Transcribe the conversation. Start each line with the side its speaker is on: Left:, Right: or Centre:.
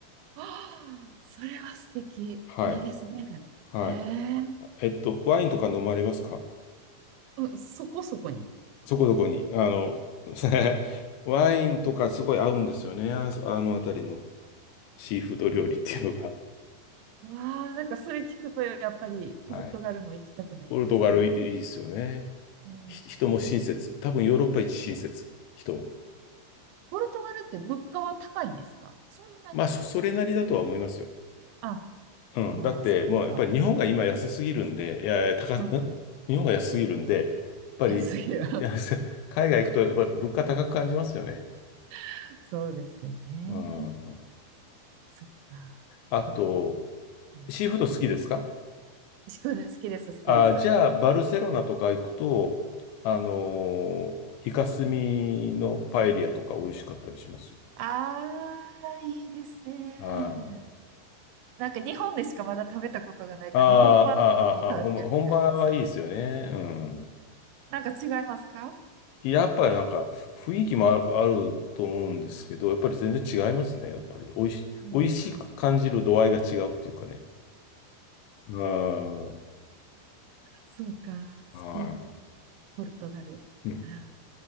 Right: ああ、それは素敵。
Left: はい。
Right: いいですね。
Left: はい。
Right: へえ。
Left: えっと、ワインとか飲まれますか
Right: うん、そこそこに。
Left: そこそこに。あの、<laughs> ワインとかすごい合うんですよね。ああの辺りのシーフード料理っていうのが。
Right: わあ、なんかそれ聞くとやっぱりポルトガルも行きたくなりますね。
Left: はい。ポルトガルいいですよね。
Right: へ
Left: ひ人も親切。
Right: え。
Left: 多分ヨーロッパ一親切、人は。
Right: ポルトガルって物価は高いんですかそんなに
Left: まあ、そ、それなりだとは思いますよ。
Right: あ、
Left: うん。
Right: ああ、
Left: だって、
Right: そうか。
Left: もうやっぱり日本が今安すぎるんで、
Right: うん、
Left: いやいや、高す、
Right: うん、
Left: ん日本が安すぎるんで、やっぱり、
Right: 安いよ。
Left: <laughs> いや、せ海外行くとやっぱり物価高く感じますよね。
Right: <laughs> そうですよね。
Left: うん。
Right: そっか。
Left: あと、
Right: でも、うん
Left: シーフード好きですか
Right: 牛久好きです、好きです。
Left: あ、じゃあ、バルセロナとか行くと、あの
Right: うん
Left: ーイカスミのパエリアとか美味しかったりしますよ。
Right: あー、いいですね。
Left: はい
Right: なんか日本でしかまだ食べたことがないから、
Left: あーあー、
Right: 本場のも食べてみたいです。
Left: あーあー、あ本場、本場はいいですよね。うん。
Right: なんか違いますか
Left: やっぱりなんか雰囲気もある、あると思うんですけど、やっぱり全然違いますね。やっぱり美味し、
Right: へえ、
Left: 美味しく感じる度合いが違うっていうかね。あ
Right: そうか。スペイン、
Left: あ、はい。
Right: ポルトガル。
Left: うん。
Right: あ